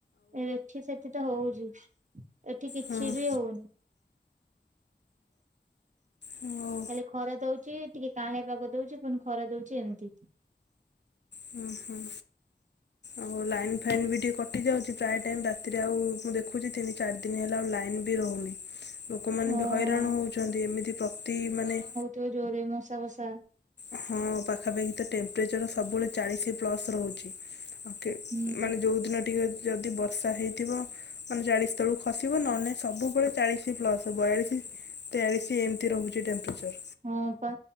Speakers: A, on the right (about 40°); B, on the left (about 70°).
A: ଏ ଏଠି ସେଠି ତ ହଉଛି, ଏଠି କିଛି
B: ହଁ
A: ବି ହଉନି।
B: ହୁଁ
A: ଟେ ଖରା ଦଉଛି ଟିକେ କାଆଁଳିଆ ପାଗ ଦଉଛି ପୁଣି ଖରା ଦଉଛି ଏମିତି।
B: ହୁଁ ହୁଁ ଆଉ ଲାଇନ୍ ଫାଇନ୍ ବି ଟିକେ କଟି ଯାଉଛି ପ୍ରାୟ ଟାଇମ ରାତିରେ ଆଉ ମୁଁ ଦେଖୁଛି ତିନି ଚାରି ଦି ନ ହେଲା ଆଉ ଲାଇନ ବି ରହୁନି ଲୋକମାନେ
A: ଓହୋ
B: ବି ହଇରାଣ ହଉଛନ୍ତି। ଏମିତି ପ୍ରତି ମାନେ
A: ତେ ଜୋରରେ ମଶା ବସା
B: ହଁ ପାଖାପାଖି ତ ଟେମ୍ପରେଚର ସବୁବେଳେ ଚାଳିଶ ପ୍ଲସ ରହୁଛି। ଓକେ
A: ହୁଁ।
B: ମାନେ ଯେଉଁଦିନ ଟିକେ ଯଦି ବର୍ଷା ହେଇଥିବ ମାନେ ଚାଳିଶ ତଳକୁ ଖସିବ ନହନେ ନାହିଁ ସବୁ ବେଳେ ଚାଳିଶ ପ୍ଲସ ବୟାଳିଶ ତେୟାଳିଶ ଏମିତି ରହୁଛି ଟେମ୍ପରେଚର।
A: ହଁ ପା